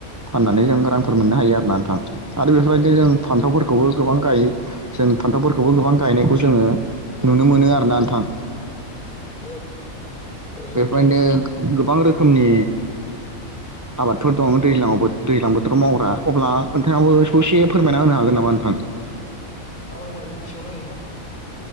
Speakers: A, on the right; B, on the left.
A: फाननानै जों रांफोर मोननो हायो आरो ना। आरो बेफोरबायदिनो
B: औ नंगौ
A: जों
B: नोंथां
A: फान्थावफोरखौबो गोबां गोबां गायो जों फान्थावफोरखौबो गोबां गायनायखौ जोंङो नुनो मोनो आरोना नोंथां
B: औ। नंगौ
A: बेबायनो
B: नोंथां
A: गोबां रोखोमनि आबादफोर दं दैजांवा दैज्लां बोथोराव मावग्रा अब्ला नोंथांङाबो ससे फोरमायना होनो हागोन नामा नोंथां <inaudible>
B: आबादमावनायनि बिथिंङाव ना नोंथां